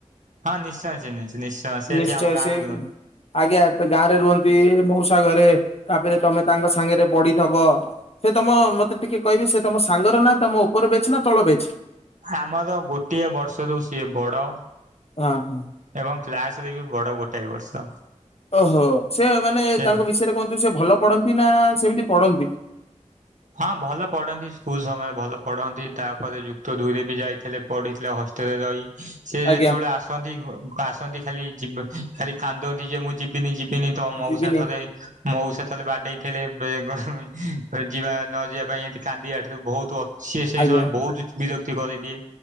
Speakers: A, on the right; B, on the left.
A: ହଁ ନିଶ୍ଚୟ ଚିନ୍ହିଚି ନିଶ୍ଚୟ ସେଠି
B: ନିଶ୍ଚୟ
A: ଆମ ଗାଁରେ
B: ସେ
A: ରୁହନ୍ତି।
B: ଆଜ୍ଞା ଏବେ ଗାଁରେ ରୁହନ୍ତି ମଉସା ଘରେ ତାପରେ ତମେ ତାଙ୍କ ସାଙ୍ଗରେ ପଢିଥବ। ସେ ତମ ମତେ ଟିକେ କହିବେ ସେ ତମ ସାଙ୍ଗର ନା ତମ ଉପ୍ ଉପର ବ୍ୟାଚ୍ ନା ତଳ ବ୍ୟାଚ୍?
A: ଆମର ଗୋଟିଏ ବର୍ଷ ରୁ ସିଏ ବଡ
B: ହଁ।
A: ଏବଂ କ୍ଲାସରେ ବି ବଡ ଗୋଟାଏ ବର୍ଷ।
B: ଓହୋ ସେ ମାନେ
A: ସେ
B: ତାଙ୍କ ବିଷୟରେ କୁହନ୍ତୁ ସେ ଭଲ ପଢନ୍ତି ନା ସେମିତି ପଢନ୍ତି?
A: ହଁ ଭଲ ପଢନ୍ତି ସ୍କୁଲ ସମୟରେ ଭଲ ପଢ଼ନ୍ତି ତାପରେ ଯୁକ୍ତ ଦୁଇରେ ବି ଯାଇଥିଲେ ପଢିଥିଲେ ହଷ୍ଟେଲରେ ରହି ସେ
B: ଆଜ୍ଞା
A: ଯେତେବେଳେ ଆସନ୍ତି ଆସନ୍ତି ଖାଲି ଯି ଖାଲି କାନ୍ଦନ୍ତି ଯେ ମୁଁ ଯିବିନି ଯିବି ବିନି ତ ମଉସା
B: ଯିବିନି
A: ଥରେ ମଉସା ଥରେ ବାଡ଼େଇ ଥିଲେ ବେଗ ଯିବା ନ ଯିବା ପାଇଁ ଏମିତି କାନ୍ଦିବାଠୁ ବହୁତ ଅଛି ସେଇ
B: ଆଜ୍ଞା
A: ସମୟ ବହୁତ ବିରକ୍ତି କରିଦିଏ